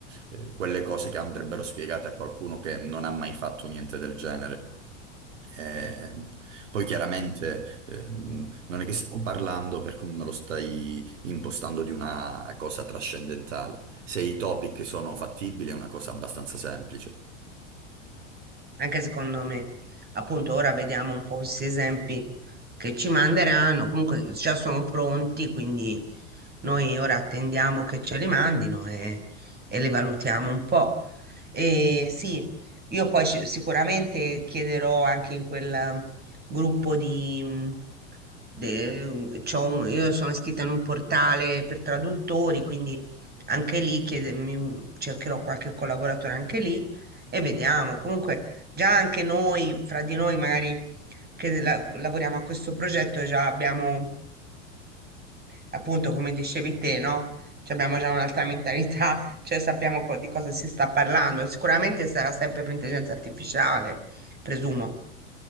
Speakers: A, on the right; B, on the right.
A: eh, quelle cose che andrebbero spiegate a qualcuno che non ha mai fatto niente del genere. Eh, poi chiaramente ehm, non è che stiamo parlando, per come me lo stai impostando, di una cosa trascendentale. Se i topic sono fattibili è una cosa abbastanza semplice.
B: Anche secondo me, appunto, ora vediamo un po' questi esempi che ci manderanno. Comunque già sono pronti, quindi noi ora attendiamo che ce li mandino e, e li valutiamo un po'. E sì, io poi ci- sicuramente chiederò anche in quel gruppo di... mh, de- c'ho un- io sono iscritta in un portale per traduttori, quindi anche lì chiede- mi- cercherò qualche collaboratore anche lì e vediamo. Comunque già anche noi, fra di noi magari che la- lavoriamo a questo progetto, già abbiamo, appunto, come dicevi te, no? Cioè abbiamo già un'altra mentalità, <laughs> cioè sappiamo co- di cosa si sta parlando. Sicuramente sarà sempre per intelligenza artificiale, presumo.